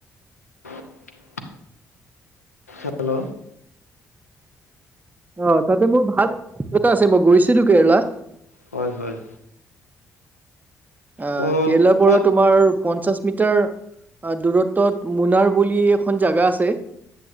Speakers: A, on the left; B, on the right.
A: <unintelligible> হেল্ল'?
B: অ', তাতে মোৰ ভাল এটা <unintelligible> আছে মই গৈছিলো কেৰেলা।
A: হয়, হয়।
B: অ',
A: ক
B: কেৰেলাৰ পৰা
A: ক'ত
B: তোমাৰ পঞ্চাশ মিটাৰ দূৰত্বত মুনাৰ বুলি এখন জাগা আছে।